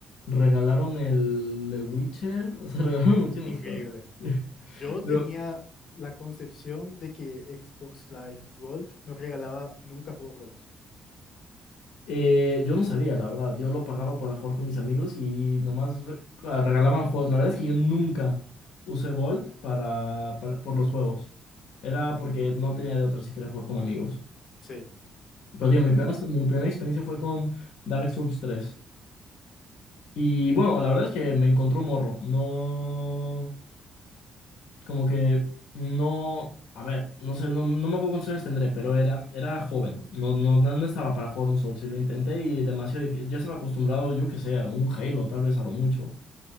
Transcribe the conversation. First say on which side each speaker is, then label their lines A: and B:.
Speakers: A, on the left; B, on the left.
A: regalaron el The Witcher, o sea, <laughs> regalaron muchísimos
B: Increíble.
A: juegos. <laughs>
B: Yo tenía
A: Pero
B: la concepción de que Xbox Live Gold no regalaba nunca juegos buenos.
A: Eh, yo no sabía, la verdad. Yo lo pagaba para jugar con mis amigos y nomás re- ah, regalaban juegos. La verdad es que yo nunca usé Gold para, para- por los juegos. Era porque no tenía de otra si quería jugar con amigos.
B: Sí,
A: Pero digo, mi
B: lastimosamente.
A: primera, mi primera experiencia fue con Dark Souls tres Y bueno, la verdad es que me encontró morro. No. como que no, a ver, no sé, no, no me acuerdo cuántos años tendré, pero era, era joven, no, no, no no estaba para jugar un Souls y lo intenté y demasiado difícil, ya estaba acostumbrado, yo que sé, a un Halo, tal vez a lo mucho,